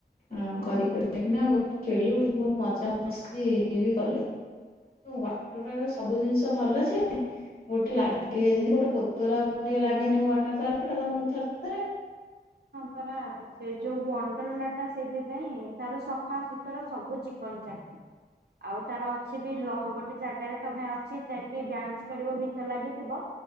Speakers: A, on the left; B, on the right.
A: ହଁ କରି କରିକିନା ବହୁତ ଖେଳିଲୁ ବହୁତ ମଜାମସ୍ତି ଇଏ ବି କଲୁ। ୱାଟର ପାର୍କରେ ସବୁ ଜିନିଷ ଭଲ ଯେ। ଗୋଟେ ଲାଗେ ଯେମିତି ଗୋଟେ କୋତରା ପରିକା ଲାଗେନି ୱାଟର ପାର୍କ ଟା ତମକୁ ଥରେ ଥରେ।
B: ହ ପରା ସେ ଯୋଉ ୱଣ୍ଡର୍ଲା ଟା ସେଇଥିପାଇଁ ତାର ସଫାସୁତରା। ସବୁ ଚିକନ, ଚାକନ। ଆଉ ତାର ଅଛି ବି ଲହ ଗୋଟେ ଜାଗାରେ ତମେ ଅଛି ଯାଇକି ଡ୍ୟାନ୍ସ କରିବ ଗୀତ ଲାଗିଥିବ।